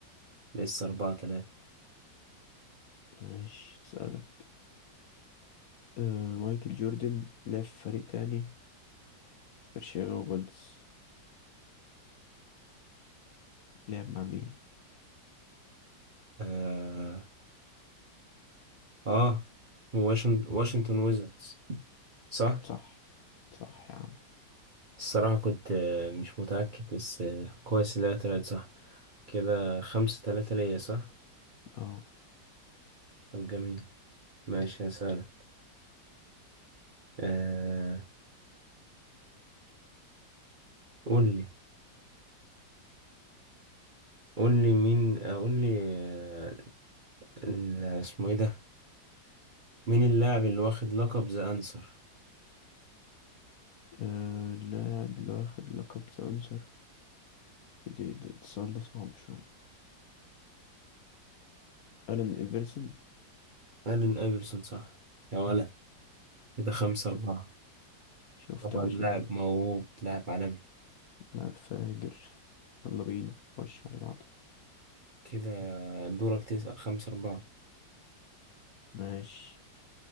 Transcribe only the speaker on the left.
ماشي سألك أه مايكل جوردن لعب في فريق تاني غير شيكاغو بولز لعب مع مين
صح صح يا عم
اه
آه، اللاعب اللي واخد لقب ذا أنصر دي دي السؤال ده صعب شوية ألان إيفرسون
ش-
شفت
يا باشا
أنا
لاعب فاجر يلا بينا خش على بعضه
ماشي